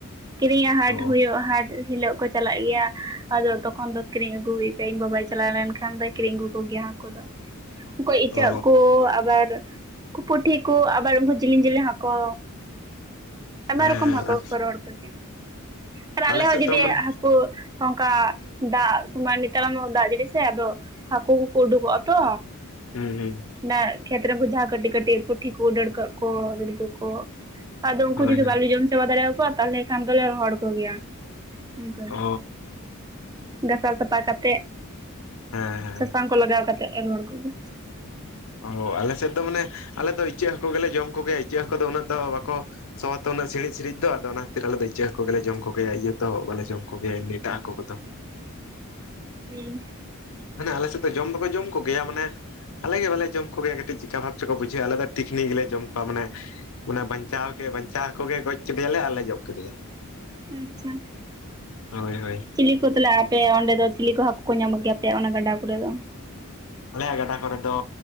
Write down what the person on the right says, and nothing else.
ᱠᱤᱨᱤᱧᱟᱜ ᱦᱟᱴ
ᱦᱩᱭᱩᱜᱼᱟ ᱦᱟᱴ ᱦᱤᱞᱳᱜ ᱠᱚ ᱪᱟᱞᱟᱜ ᱜᱮᱭᱟ ᱟᱫᱚ ᱛᱚᱠᱷᱚᱱ ᱫᱚ ᱠᱤᱨᱤᱧ ᱟᱹᱜᱩ ᱦᱩᱭᱼᱟ, ᱤᱧ ᱵᱟᱵᱟᱭ ᱪᱟᱞᱟᱣ ᱞᱮᱱᱠᱷᱟᱱ ᱫᱚᱭ ᱠᱤᱨᱤᱧ ᱟᱹᱜᱩ ᱠᱚᱜᱮᱭᱟ ᱦᱟᱠᱳ ᱫᱚ ᱩᱱᱠᱩ ᱤᱪᱟᱹᱜ
ᱠᱩ ᱟᱵᱟᱨ ᱯᱩᱴᱷᱤ ᱠᱚ ᱟᱵᱟᱨ ᱩᱱᱠᱩ ᱡᱮᱞᱤᱧ ᱡᱮᱞᱮᱞᱤᱧ ᱦᱟᱠᱩ ᱟᱭᱢᱟ
ᱨᱚᱠᱚᱢ ᱦᱟᱹᱠᱩ
ᱠᱚ ᱨᱚᱦᱚᱲ ᱠᱚᱜᱮᱭᱟ ᱟᱨ ᱟᱞᱮ ᱦᱚᱸ
ᱡᱩᱫᱤ
ᱦᱟᱠᱩ ᱚᱱᱠᱟ ᱫᱟᱜ ᱢᱟ ᱱᱮᱛᱟᱨ ᱢᱟ ᱫᱟᱜ ᱡᱟᱹᱲᱤ ᱥᱮ ᱟᱫᱚ ᱦᱟ‌ᱠᱩ ᱠᱚᱠᱚ ᱩᱰᱩᱠᱚᱜ-ᱟ ᱛᱚ
ᱚᱱᱟ ᱠᱷᱮᱛᱨᱮ ᱩᱱᱠᱩ ᱡᱟᱦᱟᱸ ᱠᱟᱹᱴᱤ ᱠᱟᱴᱤᱜ ᱯᱩᱴᱷᱤ ᱠᱩ ᱰᱟᱹᱲᱠᱟᱹᱜ ᱠᱚ <unintelligible> ᱠᱚ ᱟᱫᱚ ᱩᱝᱠᱩ
ᱡᱩᱫᱤ
ᱵᱟᱞᱮ ᱡᱚᱢ ᱪᱟᱵᱟ ᱫᱟᱲᱮᱭᱟᱠᱚᱣᱟ ᱛᱟᱦᱚᱞᱮ ᱠᱷᱟᱱ ᱫᱚᱞᱮ ᱨᱚᱦᱚᱲ ᱠᱚᱜᱮᱭᱟ᱾ ᱚᱝᱠᱟ
ᱜᱷᱟᱥᱟᱣ ᱥᱟᱯᱷᱟ ᱠᱟᱛᱮ
ᱥᱟᱥᱟᱝ ᱠᱚ ᱞᱟᱜᱟᱣ ᱠᱟᱛᱮ ᱨᱚᱦᱚᱲ ᱠᱚᱣᱟ᱾
ᱦᱩᱸ᱾
ᱟᱪᱪᱷᱟ
ᱪᱤᱞᱤ ᱠᱚ ᱛᱟᱞᱦᱮ ᱟᱯᱮ ᱚᱸᱰᱮ ᱫᱚ ᱪᱤᱞᱤ ᱠᱚ ᱦᱟᱹᱠᱩ ᱠᱚ ᱧᱟᱢᱚᱜ ᱜᱮᱭᱟ ᱟᱯᱮᱭᱟᱜ ᱚᱱᱟ ᱜᱟᱰᱟ ᱠᱚ ᱨᱮ ᱫᱚ?